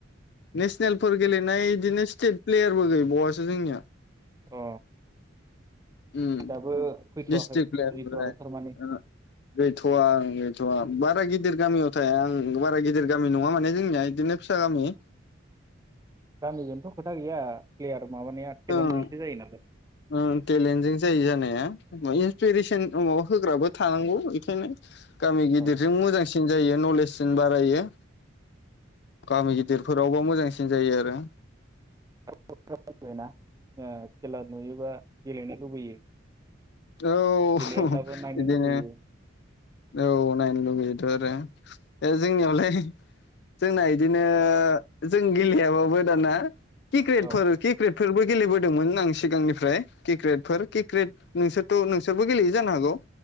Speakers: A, on the left; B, on the right.
A: नेसनेलफोर गेलेनाय बिदिनो स्टेट प्लेयारबो गैबावासो जोंनिया।
B: अ
A: उम
B: दाबो फैथ'वाखै
A: ड्रिस्ट्रिक्ट प्लेयारफोरालाय
B: फैथ'वाखै थारमाने
A: ओ गैथ'वा। थ'आ बारा गिदिर गामियाव थाया आं बारा गिदिर गामि नङा माने जोंनिया बिदिनो फिसा गामि।
B: गामिजोंथ' खोथा गैया प्लेयार माबानाया टेलेन्टजोंसो
A: ओं
B: जायो नालाय
A: ओं टेलेन्टजों जायो जानाया इन्सपिरेसन <unintelligible> होग्राबो थानांगौ एखायनो। गामि गिदिरजों
B: औ
A: मोजांसिन सिन जायो नलेजसिन बारायो गामि गिदिरफोरावबा मोजांसिन जायो आरो।
B: <unintelligible> ओ खेला नुयोबा गेलेनो लुबैयो।
A: औ
B: गेलेयाब्लाबो नायनो
A: बिदिनो
B: लुबैयो
A: औ नायनो लुबैयोथ' आरो ओ जोंनियावलाय जोंना इदिनो जों गेलेयाबाबो दाना क्रिक्रेट
B: औ
A: फोर क्रिकेट फोरबो गेलेबोदोंमोन आं सिगांनिफ्राय क्रिकेटफोर क्रिकेट नोंसोरथ' नोंसोरबो गेलेयो जानो हागौ।